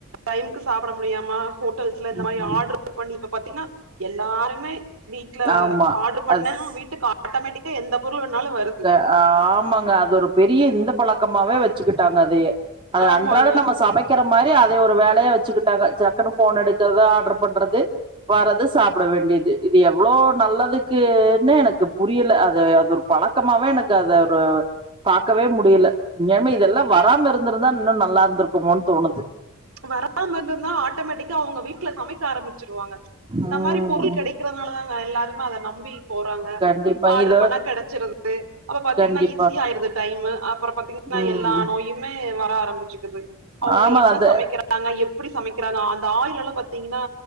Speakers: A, on the right; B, on the right.
A: டைம்க்கு சாப்ட முடியாம ஹோட்டல்ஸ்ல இந்த
B: ம்
A: மாரி
B: ம்
A: ஆர்ட்ரு பண்ணி இப்ப பாத்தீங்ன்னா எல்லாருமே வீட்ல
B: ஆமா
A: ஆர்டர் பண்ண
B: அஸ்
A: வீட்டுக்கா ஆட்டோமேட்டிக்கா எந்த பொருள் வேனாலு வருது
B: ஆ ஆமாங்க அது ஒரு பெரிய இந்த பழக்கமாவே வெச்சுக்கிட்டாங்க அதையே அது
A: ஆமாங்க
B: அன்றாட நம்ம சமைக் க்கற மாரி அத ஒரு வேலையா வச்சுக்கிட்டாங்க ஜக்குனு போன் எடுக்கறது ஆர்ட்ரு பண்றது வறது சாப்ட வேண்டியது இது எவ்ளோ நல்லதுக்குன்னு எனக்கு புரியல அது அது பழக்கமாவே எனக்கு அது ரு பாக்கவே முடில உண்மையாலுமே இதெல்லா வராம இருந்துருந்தா இன்னு நல்லா இருந்துருக்குமோனு தோணுது
A: வராம இருந்துருந்தா ஆட்டோமேட்டிக்கா அவங்க வீட்ல சமைக்க ஆரம்பிச்சிருவாங்க இந்த
B: ம்
A: மாரி பொருள் கெடைக் க்கிறதுனாலதாங்க எல்லாருமே அத நம்பி போறாங்க
B: கண்டிப்பா
A: ஆர்ட்ரு
B: இது
A: பண்ணா கெடச்சுருது அப்ப பாத்தீங்ன்னா
B: கண்டிப்பா
A: ஈஸியாஆயிருது டைமு அப்பரோ பாத்தீங்கன்னா
B: ம்
A: எல்லா நோயு இம்மு வர ஆரம்பிச்சுக்குது அவங்க
B: ஆமா
A: என்ன
B: அது
A: சமைக் அங்க எப்டி சமைக்கறாங்க அந்த ஆயிள்ல்லா பாத்தீங்கன்னா